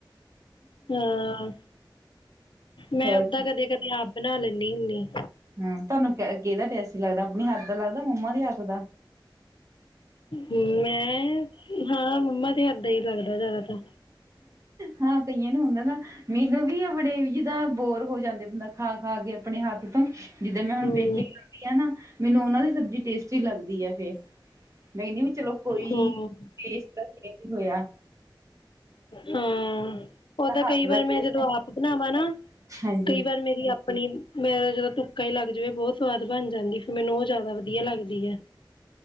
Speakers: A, on the left; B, on the right.
A: ਹਾਂ ਮੈਂ
B: ਹੋਰ
A: ਓਦਾਂ ਕਦੇ ਕਦੇ ਆਪ ਬਣਾ ਲੈਂਦੀ ਹੁੰਦੀ।
B: ਹਮ ਤੁਹਾਨੂੰ ਕਿਹਦਾ ਟੈਸ ਲੱਗਦਾ ਆਪਣੀ ਹੱਥ ਦਾ ਲੱਗਦਾ ਮੰਮਾ ਦੇ ਹੱਥ ਦਾ
A: ਮੈਂ ਹਾਂ ਮੰਮਾ ਤੇ ਹਰਦਾਂ ਹੀ ਲੱਗਦਾ ਜ਼ਿਆਦਾ ਤਾਂ
B: ਹਾਂ ਕਈਆਂ ਨੂੰ ਹੁੰਦਾ ਨਾ ਮੈਨੂੰ ਵੀ ਆਪਣੇ ਜਿੱਦਾਂ ਬੋਰ ਹੋ ਜਾਂਦੇ ਬੰਦਾ ਖਾ ਖਾ ਕੇ ਆਪਣੇ ਹੱਥ ਤੋਂ ਜਿੱਦਰ ਮੈਂ ਹੁਣ
A: ਹਮ
B: ਪੇਕੇ ਲਾਉਦੀ ਹਾਂ ਨਾ ਮੈਨੂੰ ਉਹਨਾਂ ਦੀ ਸਬਜ਼ੀ ਟੇਸਟੀ ਲੱਗਦੀ ਹੈ ਫੇਰ ਮੈਂਨੀ ਚਲੋ ਕੋਈ
A: ਹਾਂ
B: ਦੇਸ਼ ਦਾ ਹੋਇਆ।
A: ਹਮ। ਓਦਾਂ ਕਈ
B: ਹੱਥ ਦਾ
A: ਵਾਰ ਮੈਂ,
B: ਟੇਸਟ
A: ਜਦੋਂ ਆਪ ਬਣਾਵਾਂ ਨਾ
B: ਹਾਂਜੀ।
A: ਕਈ ਵਾਰ ਮੇਰੀ ਆਪਣੀ ਮੇ ਜਦੋਂ ਕਈ ਲੱਗ ਜਾਵੇ, ਬਹੁਤ ਸਵਾਦ ਬਣ ਜਾਂਦੀ ਫਿਰ ਮੈਨੂੰ ਉਹ ਜ਼ਿਆਦਾ ਵਧੀਆ ਲੱਗਦੀ ਹੈ।